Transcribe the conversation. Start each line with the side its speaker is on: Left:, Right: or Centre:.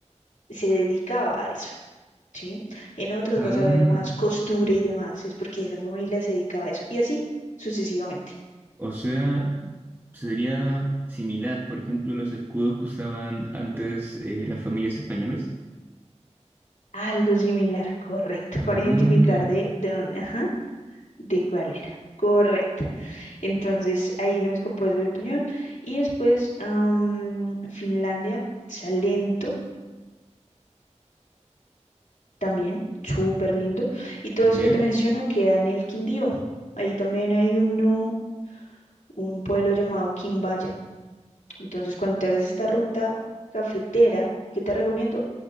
Left: se dedicaba a eso. ¿sí? En otras
Right: Ah,
Left: vas a ver más costura y demás, si es porque esa familia se dedicaba a eso, y así sucesivamente.
Right: o sea. Sería similar, por ejemplo, los escudos que usaban antes eh, las familias españolas.
Left: Algo similar, correcto,
Right: Ah,
Left: para identificar de, de dónde, ajá, de cuál era. Correcto. Entonces ahí se me escapó eso del pañol. Y después am, Finlandia, Salento también, súper lindo. Y todo
Right: ¿Ya?
Left: eso que te menciono queda en el Quindío. Ahí también hay uno, un pueblo llamado Quimbaya. Entonces, cuando te hagas esta ruta cafetera, ¿qué te recomiendo?